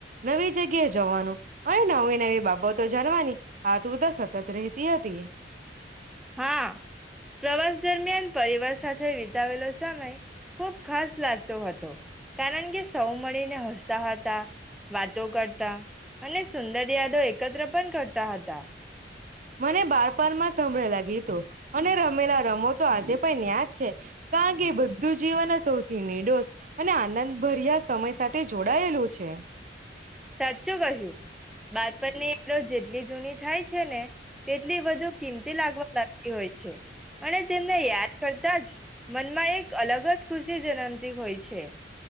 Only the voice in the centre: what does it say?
હા પ્રવાસ દરમિયાન પરિવાર સાથે વિતાવેલો સમય ખુબ ખાસ લાગતો હતો કારણ કે સૌ મળીને હસતા હતા વાતો કરતા અને સુંદર યાદો એકત્ર પણ કરતા તા હતા
સાચું કહ્યું બાતપણને જેટલી જૂની થાય છે ને તેટલી બધુ કિંમતી લાગવા લાગતી હોય છે અને તેમને યાદ કરતા જ મનમાં એક અલગ જ ખુશી જન્મતી હોય છે